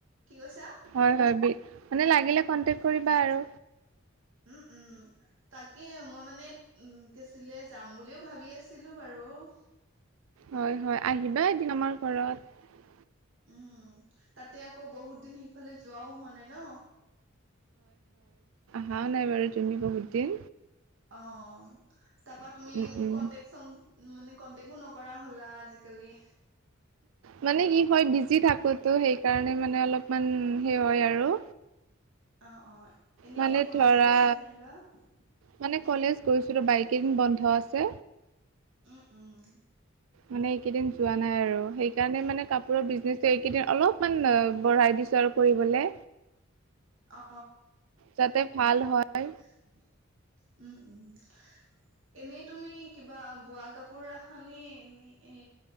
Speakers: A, on the right; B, on the right.
A: কি কৈছা
B: হয় হয় মানে লাগিলে কনটেক কৰিবা আৰু
A: উম উম তাকে মই মানে উম কছিলে যাম বুলিও ভাবি আছিলো বাৰু <inaudible>
B: হয় হয় আহিবা এদিন আমাৰ ঘৰত।
A: উম তাতে আকৌ বহুত দিন সেইফালে যোৱাও হোৱা নাই ন।
B: হা নাই বাৰু। তুমি বহুত দিন
A: অ তাৰপ তুমি
B: উম উম
A: কনটেক চ উ মানে কন্টেকো নকৰা হ'লা আজিকালি।
B: মানে কি হয় বিজি থাকোত <unintelligible> ত' সেইকাৰণে মানে অলপমান, সেই হয় আৰু।
A: অ অ এনেই
B: মানে
A: কলেজ
B: ধৰা
A: গৈছা নে নাইবা <unintelligible>
B: মানে কলেজ গৈছিলোঁ বাইকিং বন্ধ আছে।
A: উম উম,
B: মানে এইকেইদিন যোৱা নাই আৰু, সেইকাৰণে মানে কাপোৰৰ বিজনেচ এইকেইদিন অলপ ম বঢ়াই দিছো আৰু কৰিবলে।
A: অ
B: যাতে ভাল
A: উম উম <unintelligible>
B: হয়
A: এনেই তুমি কিবা বোৱা কাপোৰ ৰাখানে এনে এ